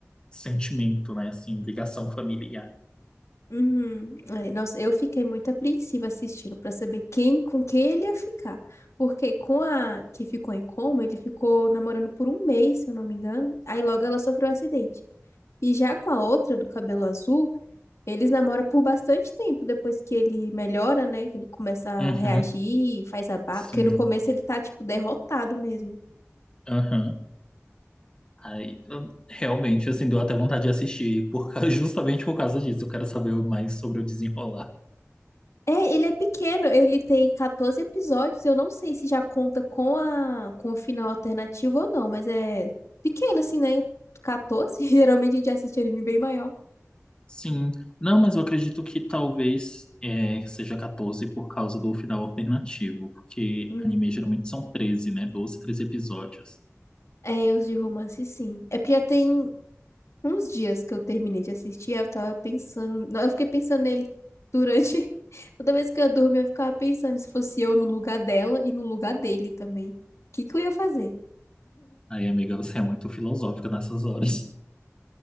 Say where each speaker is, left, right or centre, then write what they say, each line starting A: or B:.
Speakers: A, on the left; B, on the left.
A: sentimento, né? Assim, ligação familiar.
B: Uhum. É, nossa, eu fiquei muito apreensiva assistindo pra saber quem com quem ele ia ficar. Porque com a que ficou em coma, ele ficou namorando por um mês, se eu não me engano. Aí logo ela sofreu um acidente. E já com a outra do cabelo azul, eles namoram por bastante tempo depois que ele melhora, né? Que ele começa a
A: Uhum.
B: reagir, faz a barba.
A: Sim.
B: Porque no começo ele tá, tipo, derrotado mesmo.
A: Aham. Aí, eu- realmente, assim, deu até vontade de assistir, por, causa- <laughs> justamente por causa disso. Eu quero saber mais sobre o desenrolar.
B: É, ele é pequeno, ele tem 14 episódios. Eu não sei se já conta com a com o final alternativo ou não, mas é pequeno assim, né? 14, <laughs> geralmente a gente assiste anime bem maior.
A: Sim, não, mas eu acredito que talvez é, seja 14 por causa do final alternativo, porque
B: Uhum.
A: anime geralmente são treze né? doze treze episódios.
B: É, os de romance, sim. É porque já tem uns dias que eu terminei de assistir, eu tava pensando, não, eu fiquei pensando nele durante <laughs> toda vez que eu dormia, eu ficava pensando se fosse eu no lugar dela e no lugar dele também. O que que eu ia fazer?
A: Aí, amiga, você é muito filosófica nessas horas.